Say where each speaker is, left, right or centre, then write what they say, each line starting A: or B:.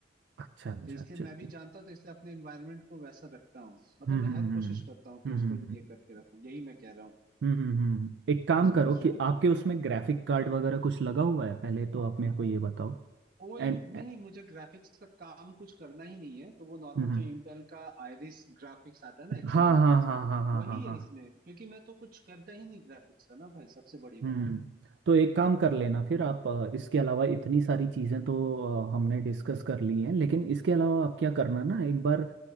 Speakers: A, on the right; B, on the right.
A: अच्छा अच्छा
B: तो इसलिए
A: अच्छा
B: मैं
A: अच्छा।
B: भी जानता हूँ तो इसलिए अपने एनवायरनमेंट को वैसा रखता हूँ मतलब
A: हम्म
B: मैं
A: हम्म
B: हर
A: हम्म
B: कोशिश करता हूँ
A: हम्म
B: कि
A: हम्म
B: उसको
A: हम्म, हम्म, हम्म।
B: ये करके रखूं यही मैं कह रहा हूँ
A: हम्म, हम्म, हम्म। एक काम
B: समझ
A: करो
B: रहे
A: कि आपके उसमें ग्राफिक कार्ड वगैरह कुछ लगा हुआ है पहले तो आप मेरे को
B: हो
A: ये बताओ
B: वो
A: एंड
B: इन, नहीं मुझे ग्राफिक्स का काम कुछ करना ही नहीं है तो वो नॉर्मल
A: हम्म
B: जो इंटेल का आयरिस ग्राफिक्स आता है ना एक्सी
A: हाँ
B: ग्राफिक्स
A: हाँ हाँ हाँ हाँ
B: वही
A: हाँ हाँ
B: है इसमें क्योंकि मैं तो कुछ करता ही नहीं ग्राफिक्स का ना भाई सबसे बड़ी
A: हम्म
B: बात
A: तो एक काम कर लेना फिर आप अ, इसके अलावा इतनी सारी चीज़ें तो अ, हमने डिस्कस कर ली हैं लेकिन इसके अलावा आप क्या करना ना एक बार